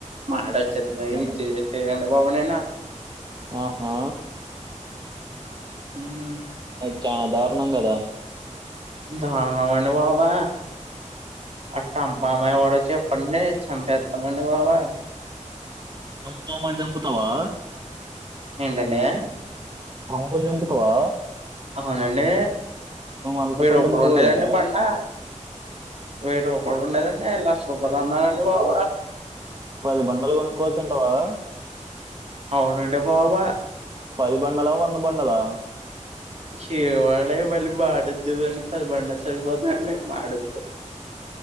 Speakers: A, on the right; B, on the right.
A: మడ చె
B: అది చానా
A: చే అ బబనే నా
B: ఆహా
A: హ
B: చనా దారుణ కదా
A: ధారణమంట బాబా అట్ట బ మ వాడ చ్చ ప భ ప వా వా
B: చమాంకుతావా
A: ఏంటండి
B: రంపుం కుతువా
A: అవునండి
B: అంత
A: వేరప్పుడు
B: పెద్ద మోగోడివే
A: ఉండేదండి బండా వేర ఒకప్పుడు ఉండేదండి ఎలా సప్పధాన్నండి భావ
B: పది బండలు కొనుక్కోవచ్చుంటావా
A: అవునండి బాబా
B: పది బండలా వంద బండలా
A: శివాళ వళ వాడతది పది పండ చాల పోత వాడుత